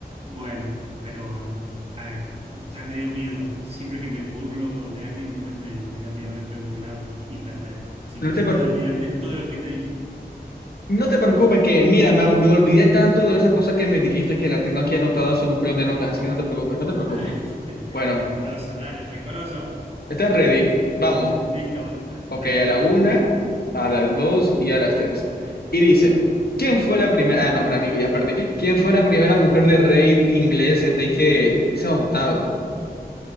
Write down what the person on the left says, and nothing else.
No
te,
pre-
no te preocupes, que mira, me, ol- me olvidé tanto de esas cosas que me dijiste que la tengo aquí anotada en un blog de notas, así que no te preocupes, no te preocupes.
Bueno,
estás ready, vamos.
Ok,
a la una, a las dos y a las tres. Y dice, ¿quién fue la primera? Ah, nombre amigo, ya perdí. ¿Quién fue la primera mujer de rey inglés, Enrique ese octavo?